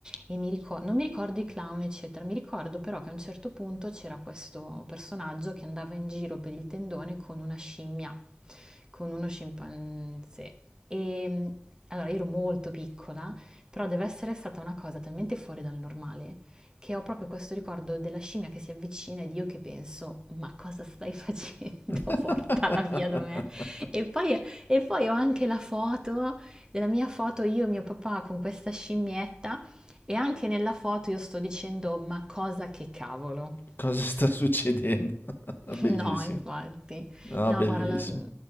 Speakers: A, on the right (about 15°); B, on the left (about 45°).
A: e mi ricor non mi ricordo i clown, eccetera, mi ricordo però che a un certo punto c'era questo personaggio che andava in giro per il tendone con una scimmia, con uno scimpanzé. E allora io ero molto piccola, però deve essere stata una cosa talmente fuori dal normale che ho proprio questo ricordo della scimmia che si avvicina ed io che penso: "Ma cosa stai facendo?
B: <laughs>
A: <laughs> Portala via da me". E poi, e poi ho anche la foto della mia foto io e mio papà con questa scimmietta e anche nella foto io sto dicendo ma cosa che cavolo.
B: Cosa sta succedendo? <laughs>
A: <laughs>
B: Bellissimo.
A: No, infatti.
B: Ah,
A: No,
B: bellissimo.
A: guarda, la-